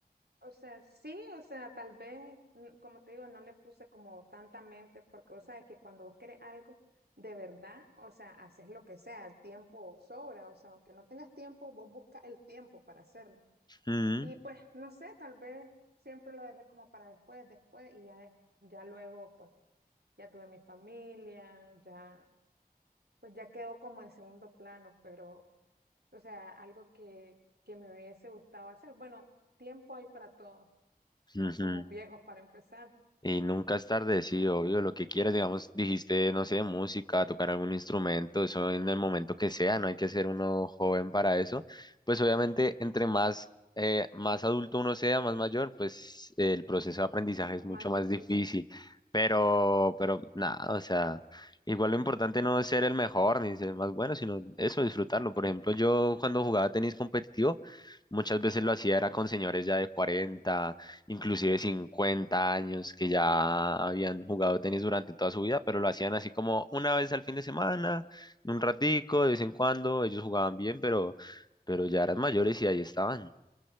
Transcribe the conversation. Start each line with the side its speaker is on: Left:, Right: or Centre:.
Right: O sea, sí, o sea, tal vez, mm, como te digo, no le puse como tanta mente, porque, o sea, es que cuando vos querés algo de verdad, o sea, haces lo que sea, el tiempo sobra, o sea, aunque no tengas tiempo, vos buscas el tiempo para hacerlo.
Left: Mm,
Right: Y pues, no sé, tal vez siempre lo dejé como para después, después, y ya, des- ya luego, pues, ya tuve mi familia, ya, pues ya quedó como en segundo plano, pero, o sea, algo que, que me hubiese gustado hacer. Bueno, tiempo hay para todo.
Left: ujú.
Right: No estamos viejos para empezar.
Left: Y nunca es tarde, sí, obvio, lo que quieras, digamos, dijiste, no sé, música, tocar algún instrumento, eso en el momento que sea, no hay que ser uno joven para eso. Pues obviamente, entre más, eh, más adulto uno sea, más mayor, pues eh, el proceso de aprendizaje es
Right: Más
Left: mucho más
Right: difícil,
Left: difícil. Pero,
Right: sí.
Left: pero nada, o sea, igual lo importante no es ser el mejor ni ser el más bueno, sino eso, disfrutarlo. Por ejemplo, yo cuando jugaba tenis competitivo, muchas veces lo hacía era con señores ya de 40 inclusive 50 años, que ya habían jugado tenis durante toda su vida, pero lo hacían así como una vez al fin de semana, un ratico, de vez en cuando, ellos jugaban bien, pero, pero ya eran mayores y ahí estaban.